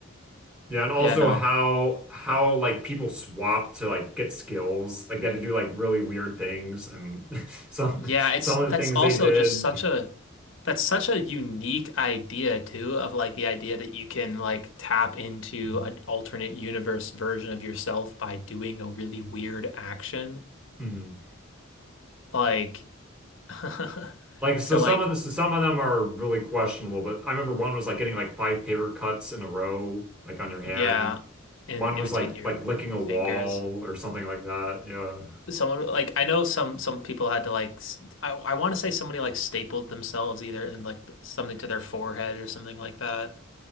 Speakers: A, in the centre; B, on the left (about 65°).
A: yeah, and also
B: yeah no
A: how how like people swapped to like get skills. Like they had to do like really weird things, and <laughs> some
B: yeah it's
A: some
B: that's
A: of the things
B: also
A: they did.
B: just such a that's such a unique idea too of like the idea that you can like tap into an alternate universe version of yourself by doing a really weird action
A: <laughs> Mhm.
B: like <laughs>
A: Like so
B: to
A: some
B: like
A: of the so some of them are really questionable, but I remember one was like getting like five paper cuts in a row, like on your hand.
B: yeah in
A: One
B: in
A: was
B: between
A: like
B: your
A: like licking a wall
B: fingers
A: or something like that. Yeah.
B: someone like I know some some people had to like s- I I want to say somebody like stapled themselves either and like something to their forehead or something like that.